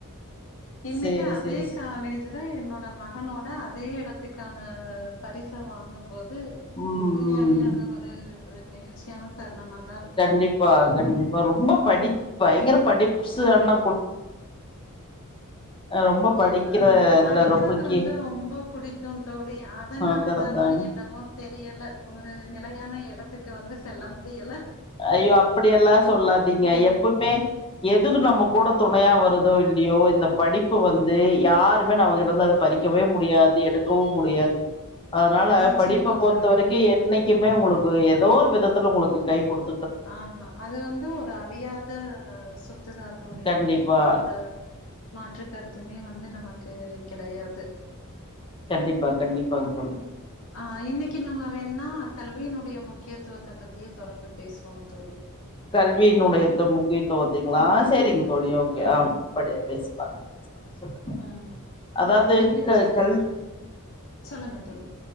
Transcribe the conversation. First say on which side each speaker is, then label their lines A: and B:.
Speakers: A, on the left; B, on the left.
A: இன்னைக்கு
B: சேரி
A: அதே
B: சேரி
A: காலேஜ் அதா என்னோட மகனோட அதே இடத்துக்கான பரிசா வாங்க போது இது
B: ம்
A: உண்மையாவே
B: ம்
A: அது ஒரு நெகிழ்ச்சியான தரனுமா
B: கண்டிப்பா கண்டிப்பா ரொம்ப படிப் பயங்கர படிப்சு ஆனா ரொம்ப படிக்கிற
A: ஆ
B: இதுல
A: படிக்கிறது
B: ரொம்ப கீ
A: வந்து ரொம்ப பிடிக்கும் தோழி அதனாலதானா
B: அதா அதாங்
A: என்னமோ தெரியல ஒரு நிலையான எடத்துக்கு வந்து இதில்லா முடியல்ல
B: அய்யோ அப்படிய எல்லா சொல்லாதீங்க
A: ம்
B: எப்பவுமே எதுக்கு நம்ம கூட துணையா வருதோ இல்லையோ இந்த படிப்பு வந்து யாருமே நமகிட்ட இருந்து அத பறிக்கவே முடியாது எடுக்கவு முடியாது அதனால
A: நிச்சயமா
B: படிப்ப பொறுத்த
A: தோழி
B: வரைக்கு என்னை மே உங்களுக்கு ஏதோ ஒரு விதத்துல உங்களுக்கு கை கொடுத்து
A: ஆ அது வந்து ஒரு அழியாத சொத் துதா தோழி
B: கண்டிப்பா
A: அதுல எந்த ஒரு மாற்று கருத்துமே வந்து நமக்கு கெடையாது
B: கண்டிப்பா கண்டிப்பாங் தோழி
A: ஆ இன்னைக்கு நம்ம வேணுனா கல்வியினுடைய முக்கியத்துவத்த பத்திய தொடர்ந்து பேசுவோம் தோழி
B: கல்வியினுடையத்த முக்கியத்துவத்தைங்களா
A: முக்கியத்துவம்
B: சேரிங் தோழி ஓகே
A: ம்
B: ஆ படி பேசு <inaudible>
A: ம்
B: அதாவது
A: நிச்
B: க கல்
A: ம் சொல்லுங்க தோழி